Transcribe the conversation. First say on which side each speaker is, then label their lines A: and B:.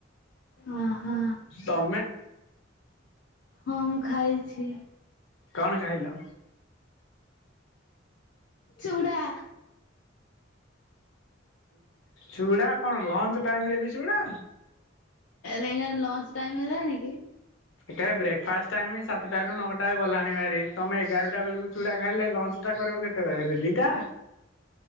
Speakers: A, on the left; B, on the left.
A: ଓହୋ
B: ତମେ
A: ହ ଖାଇଛି।
B: କଣ କହିଲ
A: ଚୁଡ଼ା
B: ଚୁଡ଼ା କଣ ଲଞ୍ଚ ଟାଇମ ରେ ବି ଚୁଡ଼ା
A: ଲଞ୍ଚ ଟାଇମ ହେଲାଣି କି?
B: ଏଟା ବ୍ରେକ୍ଫାଷ୍ଟ ଟାଇମ ସାତଟାରୁ ନଅଟା ଗଲାଣି ଭାରି ତମେ ଏଗାରଟା ବେଳକୁ ଚୁଡା ଖାଇଲେ ଲଞ୍ଚ ଟା କରିବ କେତେବେଳେ ଦିଟା